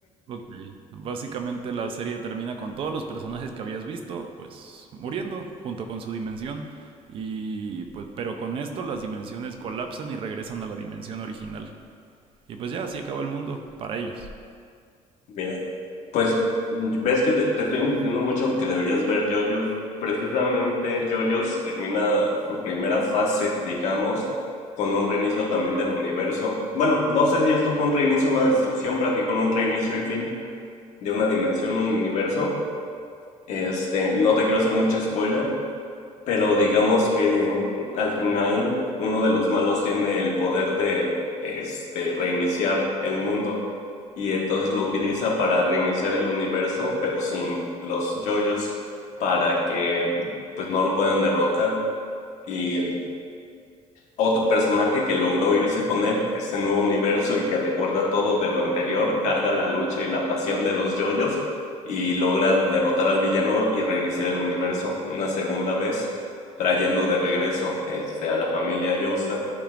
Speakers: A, on the right; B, on the left.
A: Ok. Básicamente la serie termina con todos los personajes que habías visto, pues muriendo junto con su dimensión. Y pues, pero con esto las dimensiones colapsan y regresan a la dimensión original. Y pues ya así acaba el mundo para ellos.
B: Mira, pues ves que te, te estoy insistiendo mucho que deberías ver JoJo's. Precisamente JoJo's termina su primera fase, digamos, con un reinicio también del universo. Bueno, no sé si esto fue un reinicio o una destrucción, pero aquí con un reinicio y fin de una dimensión, un universo. Este, no te quiero hacer mucho spoiler, pero digamos que al final uno de los malos tiene el poder de este reiniciar el mundo y entonces lo utiliza para reiniciar el universo, pero sin los yoyos para que pues no lo puedan derrotar y a otro personaje que logró irse con él a ese nuevo universo y que recuerda todo de lo anterior, carga la lucha y la pasión de los yoyos y logra derrotar al villano y reiniciar el universo una segunda vez, trayendo de regreso este, a la familia Joestar.